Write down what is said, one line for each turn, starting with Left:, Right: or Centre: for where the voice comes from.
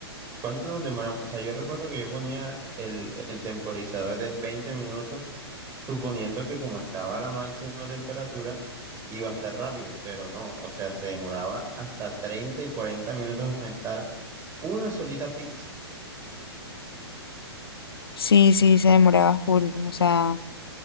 Right: ¿cuánto nos demoramos? O sea, yo recuerdo que yo ponía el, el temporizador de 20 minutos, suponiendo que como estaba a la máxima temperatura, iba a estar rápido, pero no, o sea, se demoraba hasta 30 y 40 minutos en estar una solita pizza.
Left: Sí, sí, se demoraba full. O sea,